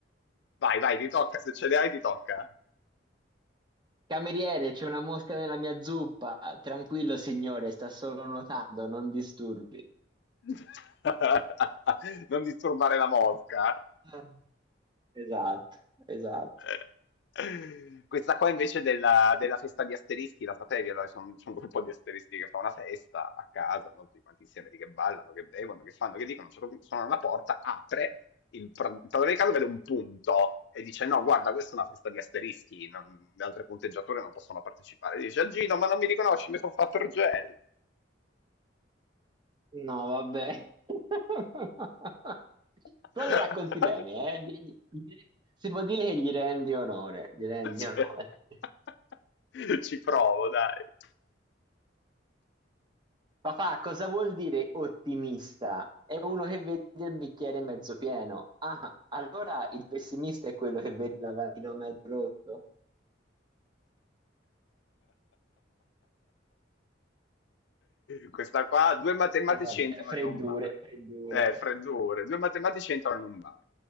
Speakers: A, on the left; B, on the right.
A: Vai, vai, ti tocca, se ce le hai ti tocca.
B: Cameriere, c'è una mosca nella mia zuppa. Tranquillo, signore, sta solo nuotando, non disturbi.
A: <laughs> Non disturbare la mosca.
B: Ah. Esatto, esatto.
A: Eh. Questa qua invece della, della festa di asterischi, la sapevi? Allora, c'è un, c'è un gruppo di asterischi che fa una festa a casa, no? tutti quanti insieme lì che ballano, che bevono, che fanno, che dicono, a un certo punto suona la porta, apre, il, pra- il padrone di casa vede un punto e dice no, guarda, questa è una festa di asterischi, non- le altre punteggiature non possono partecipare. Dice a Gino, ma non mi riconosci, mi sono fatto il gel.
B: No, vabbè. <laughs>
A: <laughs>
B: Però le racconti bene, eh? Gli- gli- Si può dire che gli rendi onore, gli rendi
A: <laughs> Cioè,
B: onore.
A: <laughs> Ci provo, dai.
B: Papà, cosa vuol dire ottimista? È uno che vede il bicchiere mezzo pieno. Ah, allora il pessimista è quello che vede il lavandino mezzo rotto.
A: Questa qua, due matematici
B: E vabbè,
A: entrano
B: freddure,
A: in un bar.
B: freddure.
A: Eh, freddure. Due matematici entrano in un bar.